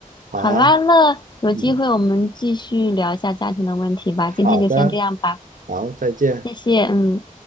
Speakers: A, on the right; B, on the left.
A: 好啊。
B: 好啦，那有机会我们继续聊一下家庭的问题吧。
A: 嗯。好的，
B: 今天就先这样吧，
A: 好，再见。
B: 谢谢。嗯。